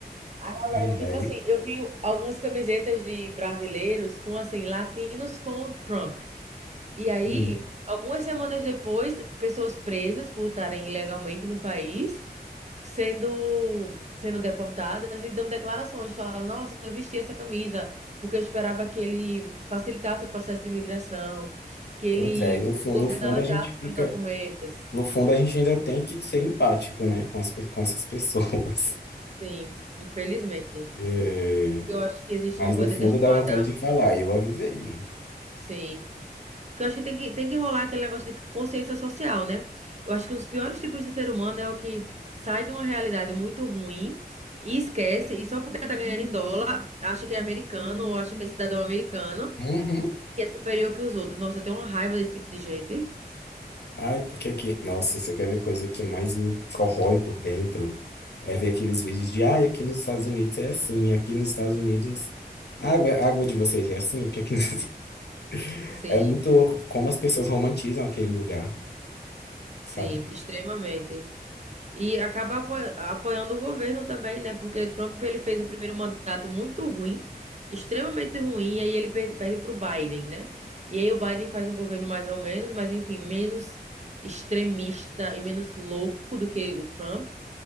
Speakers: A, on the right; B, on the left.
A: A galera,
B: Ai,
A: tipo
B: ai.
A: assim, eu vi algumas camisetas de brasileiros com, assim, latinos com Trump. E aí,
B: Hum.
A: algumas semanas depois, pessoas presas por estarem ilegalmente no país, sendo, sendo deportadas e dando declarações, falando, nossa, eu vesti essa camisa porque eu esperava que ele facilitasse o processo de imigração, que ele,
B: Pois é, e no fundo,
A: o governo
B: no fundo
A: analisasse
B: a gente fica,
A: meus documentos.
B: no fundo a gente ainda tem que ser empático, né, com as, pe- com essas pessoas. <laughs>
A: Sim, infelizmente.
B: É,
A: Eu acho que existe
B: Mas
A: uma coisa
B: no fundo
A: que é chamada
B: dá vontade de falar, eu avisei.
A: Sei. Porque eu acho que tem que, tem que rolar aquele negócio de consciência social, né? Eu acho que um dos piores tipos de ser humano é o que sai de uma realidade muito ruim e esquece, e só porque tá ganhando em dólar, acha que é americano ou acha que é cidadão americano
B: Uhum.
A: que é superior que os outros. Nossa, eu tenho uma raiva desse tipo de gente.
B: Ai, porque aqui, nossa, você quer ver coisa que mais me corrói por dentro? É ver aqueles vídeos de, ai, aqui nos Estados Unidos é assim, aqui nos Estados Unidos a água, a água de vocês é assim, porque aqui nos... <laughs>
A: Sim,
B: é muito louco como as pessoas romantizam aquele lugar,
A: sim,
B: sabe?
A: extremamente. E acaba apo- apoiando o governo também, né? Porque Trump ele fez o primeiro mandato muito ruim, extremamente ruim, e aí ele per- perde para o Biden, né? E aí o Biden faz um governo mais ou menos, mas enfim, menos extremista e menos louco do que o Trump.